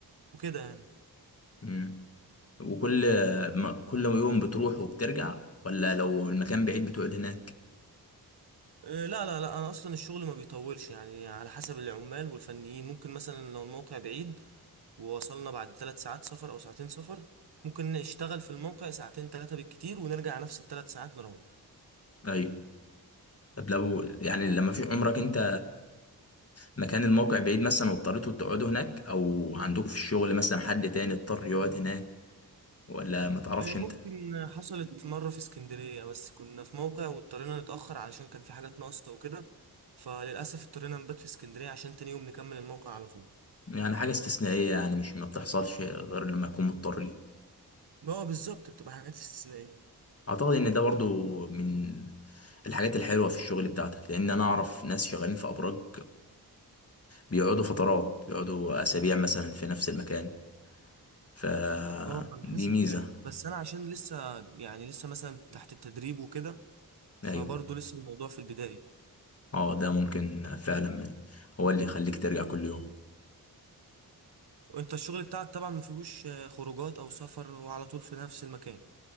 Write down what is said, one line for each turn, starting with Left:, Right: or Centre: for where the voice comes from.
Right: وكده يعني
Left: امم وكل ما كل يوم بتروح وبترجع ولا لو المكان بعيد بتقعد هناك
Right: آه، لا لا لا انا اصلا الشغل ما بيطولش يعني على حسب العمال والفنيين ممكن مثلا لو الموقع بعيد ووصلنا بعد ثلاث ساعات سفر او ساعتين سفر ممكن نشتغل في الموقع ساعتين ثلاثة بالكتير ونرجع نفس الثلاث ساعات نروح
Left: ايوه طب لو يعني لما في عمرك انت مكان الموقع بعيد مثلا واضطريتوا تقعدوا هناك او عندكم في الشغل مثلا حد تاني اضطر يقعد هناك ولا ما تعرفش
Right: إيه،
Left: انت
Right: ممكن حصلت مرة في اسكندرية بس كنا في موقع واضطرينا نتأخر علشان كان في حاجات ناقصة وكده فللأسف اضطرينا نبات في اسكندرية عشان تاني يوم نكمل الموقع على طول
Left: يعني حاجة استثنائية يعني مش ما بتحصلش غير لما يكون مضطرين
Right: اه بالظبط بتبقى حاجات استثنائية
Left: اعتقد ان ده برضو من الحاجات الحلوة في الشغل بتاعتك لان انا اعرف ناس شغالين في ابراج وبيقعدوا فترات بيقعدوا اسابيع مثلا في نفس المكان فدي
Right: اه على حسب
Left: ميزة
Right: فعلا بس أنا عشان لسه يعني لسه مثلا تحت التدريب وكده فبرضه
Left: ايوه
Right: لسه الموضوع في البداية
Left: اه ده ممكن فعلا هو اللي يخليك ترجع كل يوم
Right: وانت الشغل بتاعك طبعا مفيهوش آه، خروجات أو سفر هو على طول في نفس المكان